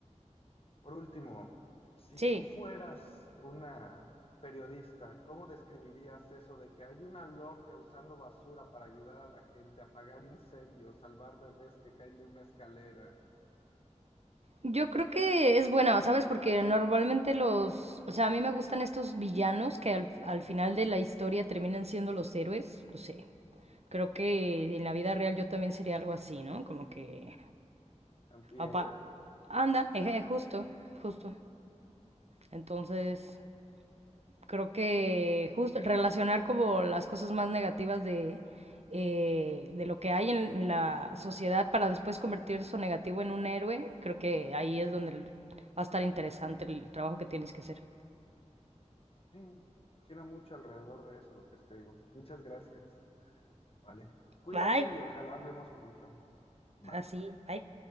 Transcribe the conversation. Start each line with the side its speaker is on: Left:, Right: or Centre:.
Left: Por último, si
Right: Sí,
Left: tú fueras una periodista, ¿cómo describirías eso de que hay una loca usando basura para ayudar a la gente a apagar incendios, salvar bebés que caen de una escalera?
Right: yo creo que es buena, ¿sabes? Porque normalmente los, o sea, a mí me gustan estos villanos que al, al final de la historia terminan siendo los héroes, no sé. Creo que en la vida real yo también sería algo así, ¿no? Como que
Left: Antihéroe.
Right: Apa- anda, eje, justo, justo. Entonces, creo que justo relacionar como las cosas más negativas de, eh, de lo que hay en la sociedad para después convertir eso negativo en un héroe, creo que ahí es donde va a estar interesante el trabajo que tienes que hacer.
Left: Sí, gira mucho alrededor de eso lo que escribo. Muchas gracias. Vale. Cuídate
Right: Bye.
Left: y ojalá hablemos pronto. Bye.
Right: Así, bye.